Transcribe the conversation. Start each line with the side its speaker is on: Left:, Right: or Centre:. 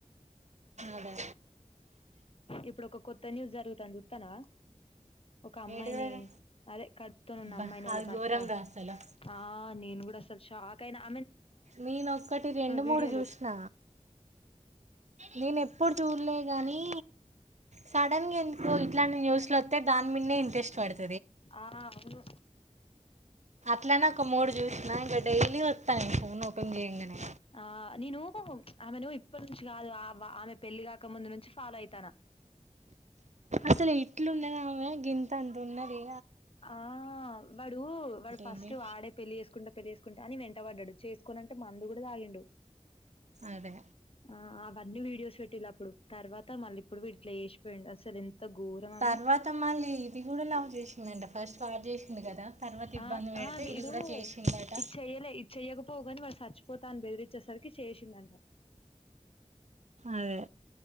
Right: అదే
Left: ఇప్పుడు ఒక కొత్త న్యూస్ జరుగుతంది అ చూప్తానా ఒక అమ్మాయిని
Right: ఏంటిదది
Left: అదే కడుపుతానున్న
Right: బా
Left: అమ్మాయిని వాళ్ళ
Right: అది
Left: భర్త
Right: ఘోరం రా అసలు
Left: ఆ నేను కూడా షాక్ కైనా
Right: నేనొక్కటి రెండు మూడు
Left: వీడియోలు
Right: చూసిన నేను ఎప్పుడు చూడలే కానీ సడన్ గా ఎందుకు ఇట్లాంటి న్యూస్లు వస్తే దాని మీదనే ఇంట్రెస్ట్ పడుతుంది
Left: ఆ అవును
Right: ఇట్లనే ఒక మూడు చూసినా ఇంక డైలీ వస్తాయి ఫోన్ ఓపెన్ చేయంగానే
Left: ఆ నేను ఆమెనువు ఇప్పటి నుంచి కాదు ఆ ఆమె పెళ్లి కాక ముందు నుంచి ఫాలో అయిత
Right: అసలు ఇట్లుండదామెే గింత అంత రొన్నది
Left: ఆ వాడు వాడు ఫస్ట్
Right: ఏంది
Left: వాడే పెళ్ళి చేేసుకుంటా పెళ్ళి చేేసుకుంటా అని వెంటపడడు చేసుకోనింటే మందు కూడా తాగిండు
Right: అదే
Left: ఆ అవన్నీ వీడియోస్ పెట్టటిలా అప్పుడు తర్వాత మళ్ళీ ఇప్పుడు వీటిలో చేసిపోయిడు అసలు ఘోరం ఆమె
Right: తర్వాతమ్మళ్ళీ ఇది కూడా లవ్ చేసిందంటా ఫస్ట్ వాడు చేసింది కదా తర్వాత ఇబ్బంది
Left: ఆ
Right: పెడితే
Left: ఆ వీడు
Right: ఇది కూడా చేసిందట
Left: ఇది చెయ్యలే ఇది చెయ్యకపోగాని వాడు చచ్చిపోతా అని బెదిరించేసరికి చేసిందంట
Right: అదే